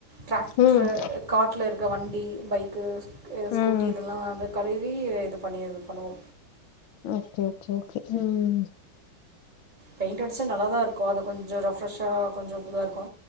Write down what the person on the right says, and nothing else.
ட்ராக்ட்ரு
காட்ல இருக்க வண்டி பைக்கு ஸ்கூட்டி
இதெல்லா வந்து கழுவி இது பண்ணி இது பண்ணுவோ
பெயிண்ட் அடிச்சா நல்லாதா இருக்கு அது கொஞ்சம் ரெஃப்ரெஷ்ஷா கொஞ்சோ புதுதா இருக்கு